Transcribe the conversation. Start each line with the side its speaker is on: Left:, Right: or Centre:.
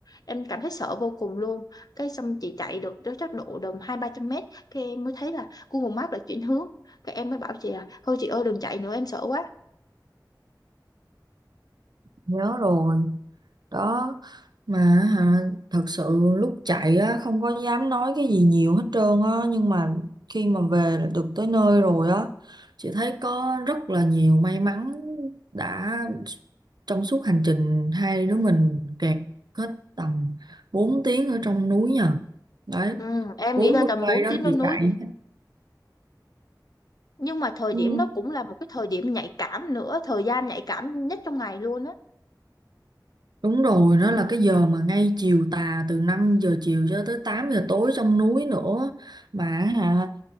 Left: em cảm thấy sợ vô cùng luôn cái xong chị chạy được tới chắc độ tầm hai ba trăm mét cái em mới thấy là Google Maps đã chuyển hướng cái em mới bảo chị là thôi chị ơi đừng chạy nữa em sợ quá
Right: nhớ rồi đó mà hả thật sự lúc chạy á không có dám nói cái gì nhiều hết trơn á nhưng mà khi mà về được tới nơi rồi á chị thấy có rất là nhiều may mắn đã trong suốt hành trình hai đứa mình kẹt hết tầm 4 tiếng ở trong núi nhờ đấy
Left: Ừm, em
Right: bốn
Left: nghĩ là
Right: mươi
Left: tầm
Right: cây
Left: 4
Right: đó
Left: tiếng lên
Right: chị
Left: núi
Right: chạy
Left: nhưng mà thời
Right: ừ,
Left: điểm đó cũng là một cái thời điểm nhạy cảm nữa thời gian nhạy cảm nhất trong ngày luôn á
Right: Đúng rồi, nó là cái giờ mà ngay chiều tà từ 5 giờ chiều cho tới 8 giờ tối trong núi nữa. Mà hả,